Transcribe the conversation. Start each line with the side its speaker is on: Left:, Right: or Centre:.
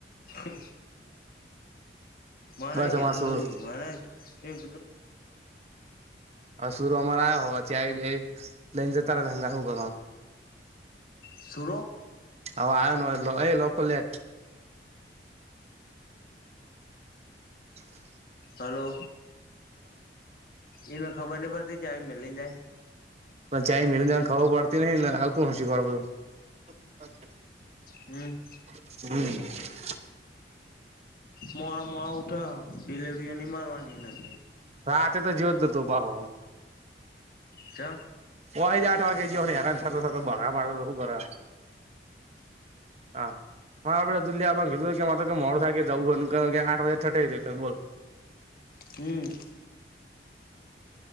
Left: ઓ માને
Right: બસ
Left: જતોું
Right: અમાર સુર
Left: તું માને એું
Right: હ શ સુર અમારે આવ હો તં લઈન જ તારા ધંગા હો ગ
Left: શરૂ
Right: હવે આવ ન એ લોકો લે એ
Left: હલો એને ખબરની પડતી આયિ મેલી ને જાય
Right: પણ ચાય મલ જાને ખા પડતી નને ને આવું કોણ હ શીખ <unintelligible>
Left: હમ
Right: હમ
Left: મોડા મોડા ઉઠા ડીલેવડીઓ ની મારવાની નગ
Right: હાતે તો જી્યો જતો ભ હ
Left: કે
Right: ઓય જ આઠ વાગે જયો હેરાન થતો થતો ભાગા માડ તો શું કર હા મારાે દિલ્હી આપણ કીધું કે મારે મોડ થાય કે જવું હો કે આઠ વાગે ઠાઈઈ બોલ
Left: હમ